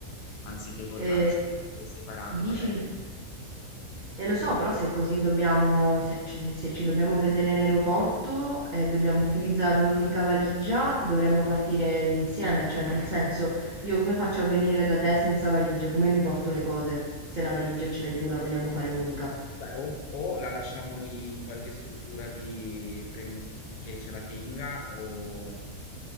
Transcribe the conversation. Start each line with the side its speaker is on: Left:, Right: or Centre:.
Left: anziché portarci
Right: E
Left: due separati
Right: dici
Left: e pagare
Right: di...
Left: di più.
Right: Eh lo so, però se così dobbiamo se ci se ci dobbiamo vedere in aeroporto e dobbiamo <laughs> utilizzare un'unica valigia, dovremmo partire insieme, cioè nel senso, io come faccio a venire da te senza valigia? Come mi porto le cose? Se la valigia
Left: eh.
Right: ce l'hai tu, la vogliamo fare unica.
Left: Vabbè, o, o la lasciamo lì in qualche struttura di premu- che ce la tenga, o-